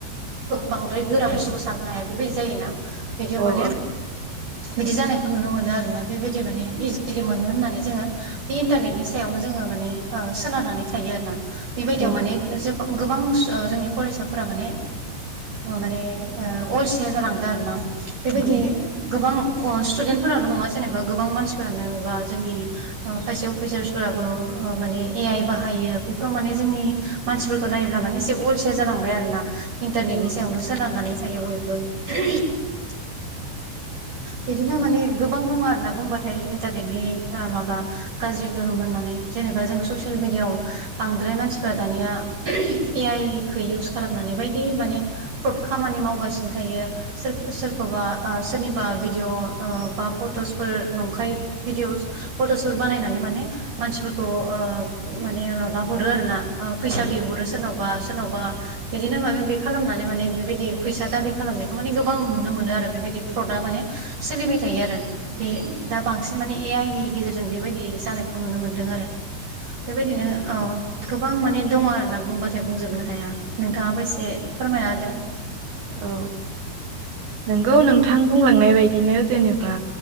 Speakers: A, on the right; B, on the right.
A: बांद्राय गोरा बुस्थुखौ साननो हाया बेबायदि जायोना। बिदियाव
B: ओं
A: माने बिदि जानायखौ नुनो मोनो आरोना बेबायदि माने इजिलि मोनो होननानै। जोङो बे इन्टारनेटनि सायावनो जोङो माने सोनारनानै थायो आरोना बेबायदियाव
B: औ
A: माने। गोबां जोंनि फरायसाफोरा माने। माने अलसिया जालांदों आरो ना। बेबायदि
B: नंगौ
A: गोबां स्टुडेन्टफोरानो नङा जेनेबा गोबां मानसिफोरानो बा जोंनि खायसे अफिसार्सफोराबो माने ए आइ बाहायो बेफोराव माने जोंनि। मानसिफोरखौ नायोब्ला माने एसे अलसिया जालांबाय आरो ना इन्टारनेटनि
B: औ
A: सायावनो सोनारनानै थायो बयबो। <unintelligible> बिदिनो माने गोबां दङ आरोना बुंबाथाय इन्टारनेटनि माबा। गाज्रि गोहोम होननानै जेनेबा जों ससियेल मिडियाआव बांद्राय मानसिफ्रा दानिया। ए आइखौ इउस खालामनानै बायदि माने फ्रड खामानि मावगासिनो थायो सोर सोरखौबा सोरनि बा भिडिअ बा फट'सफोर नंखाय भिडअ'स फट'सफोर बानायनानै माने मानसिफोरखौ माने माबा हरो आरो ना फैसा बिहरो सोरनावबा सोरनावबा बिदिनो माबाि खालामनानै माने बेबायदि फैसा दाबि खालामनायखौ माने गोबां नुनो मोनो आरो बेबायदि प्रडआ माने सोलिबाय थायो आरो बे दा बांसिन माने ए आइनि गेजेरजों बेबायदि जानायखौ नुनो मोन्दों आरो बेबायदिनो गोबां माने दङ आरोना बुंबाथाय बुंजोबनो हाया नोंथाङाबो एसे फोरमायना होदो
B: औ नोंगौ नोंथां बुंलांनाय बायदिनो जेनेबा